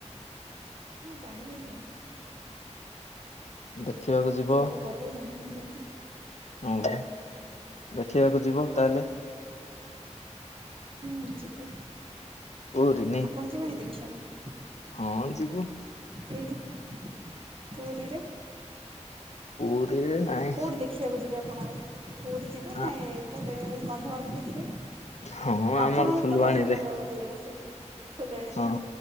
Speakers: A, on the right; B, on the left.
A: ହଁ ଜାଣିବିନି କେମିତି।
B: ଦେଖିବାକୁ ଯିବ
A: ଏତେ ବଡ ପର୍ବ ଜାଣିବିନି କେମିତି।
B: ହଁ ପରା ଦେଖିବାକୁ ଯିବ ତାହେଲେ।
A: ହୁଁ ଯିବୁ
B: ପୁରୀ ନାଇଁ
A: ଆପଣ ଯିବେନି ଦେଖିବାକୁ।
B: ହଁ ଯିବୁ।
A: ଏଇଠିକି ପୁରୀରେ।
B: ପୁରୀରେ ନାଇଁ
A: କୋଉଠି ଦେଖିବାକୁ ଯିବେ ଆପଣ ଏ ପୁରୀ ଯିବେ ନା
B: ଆ
A: ଏପଟେ କନ୍ଧମାଳ ବି ଦେଖିବେ।
B: ହଁ
A: କନ୍ଧମାଳ
B: ଆମର ଫୁଲବାଣୀରେ
A: ବି ତ ବଢିଆ କରାହୁଏ ସେଇଠି। ଫୁଲଣୀରେ
B: ହଁ